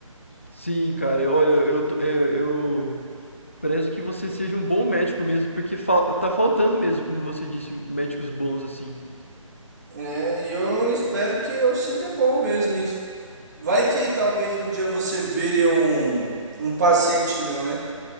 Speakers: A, on the left; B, on the right.
A: Sim, cara. eu- Olha, eu, tô- é, eu prezo que você seja um bom médico mesmo, porque fal tá faltando mesmo, como você disse, médicos bons assim.
B: É, e eu espero que eu seja bom mesmo. E vai que talvez um dia você vire um, um paciente meu, né?